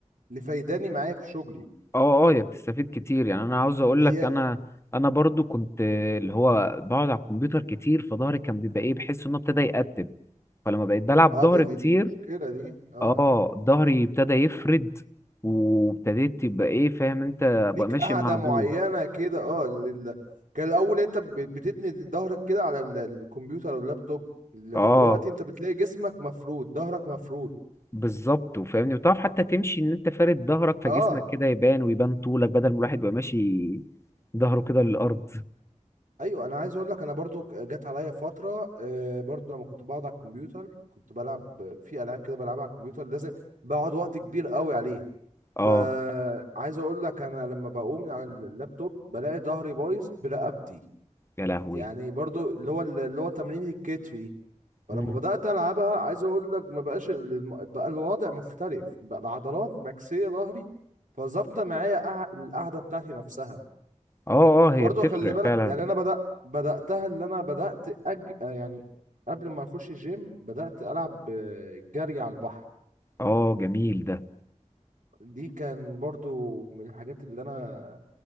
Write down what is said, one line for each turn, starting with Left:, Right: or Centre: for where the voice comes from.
Right: اللي فايداني معايا في شغلي
Left: اه اه هي بتستفيد كتير يعني انا عاوز اقول
Right: هي
Left: لك انا انا برضو كنت اللي هو بقعد على الكمبيوتر كتير فظهري كان بيبقى ايه بحس انه ابتدى يقتب فلما بقيت بلعب
Right: اه
Left: ظهر
Right: دي,
Left: كتير
Right: دي, دي مشكله دي اه
Left: اه ظهري ابتدى يفرد وابتديت تبقى ايه فاهم انت بقى
Right: ليك
Left: ماشي
Right: قاعدة
Left: معدول
Right: معينة كده اه لل... كان الأول أنت ب- بتتني ظهرك كده على ال- الكمبيوتر أو اللابتوب لكن
Left: اه
Right: دلوقتي أنت بتلاقي جسمك مفرود ظهرك مفرود
Left: بالظبط وفاهمني وتعرف حتى تمشي ان انت فارد ظهرك فجسمك
Right: اه
Left: كده يبان ويبان طولك بدل ما الواحد يبقى ماشي ظهره كده للارض
Right: ايوه انا عايز اقول لك انا برضو جت عليا فتره آه برضو لما كنت بقعد على الكمبيوتر كنت بلعب في العاب كده بلعبها على الكمبيوتر لازم بقعد وقت كبير قوي عليه
Left: اه
Right: فعايز اقول لك انا لما بقوم من على اللابتوب بلاقي ظهري بايظ برقبتي
Left: يا لهوي
Right: يعني برضو اللي هو اللي هو تمرين الكتف دي فلما
Left: مم.
Right: بدأت ألعبها عايز أقول لك ما بقاش ال- الم- بقى الوضع مختلف بقى العضلات مكسية ظهري فظابطة معايا قع- القعدة بتاعتي نفسها
Left: اه اه هي
Right: برضه
Left: بتفرق
Right: خلي بالك
Left: فعلا
Right: يعني أنا بدأ بدأتها اللي أنا بدأت أج... آه يعني قبل ما أخش الجيم بدأت ألعب آه، جري على البحر
Left: اه جميل ده
Right: دي كان برضو من الحاجات اللي أنا